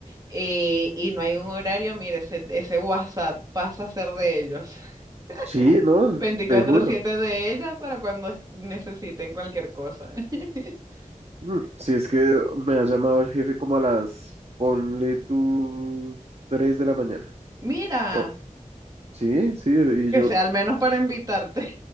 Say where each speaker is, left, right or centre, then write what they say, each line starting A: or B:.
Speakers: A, on the right (about 30°); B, on the right (about 50°).
A: eh, y no hay un horario, mire, ese, ese WhatsApp pasa a ser de ellos.
B: Sí,
A: <laughs>
B: no,
A: 24/7
B: te juro.
A: de ellas para cuando es- necesiten cualquier cosa. <laughs>
B: Mm, Si es que me ha llamado el jefe como a las, ponle tú, 3 de la mañana.
A: Mira,
B: Oh, sí, sí, y
A: que
B: yo,
A: sea al menos para invitarte.